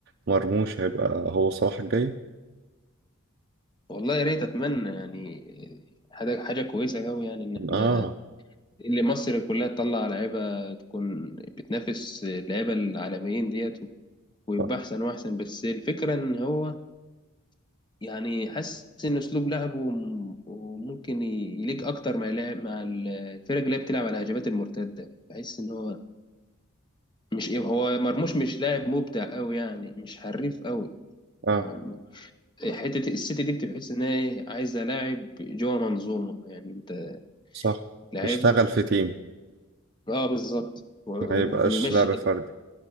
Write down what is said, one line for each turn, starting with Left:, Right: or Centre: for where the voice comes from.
Right: مرموش هيبقى هو صلاح الجاي
Left: والله يا ريت اتمنى يعني حاجه حاجه كويسه قوي يعني ان احنا
Right: اه
Left: اللي مصر كلها تطلع لعيبه تكون بتنافس اللعيبه العالميين ديت ويبقى
Right: صح.
Left: احسن واحسن بس الفكره ان هو يعني حاسس ان اسلوب لعبه م- ممكن يليق اكتر مع لعب مع الفرق اللي هي بتلعب على الهجمات المرتده بحس ان هو مش إيه، هو مرموش مش لاعب مبدع قوي يعني مش حريف قوي
Right: اه
Left: يعني حته السيتي دي بتحس ان هي إيه، عايزه لاعب جوه منظومه يعني انت
Right: صح
Left: لعيب
Right: يشتغل في تيم
Left: اه بالظبط و-
Right: ما
Left: وبيمشي
Right: يبقاش لعب فردي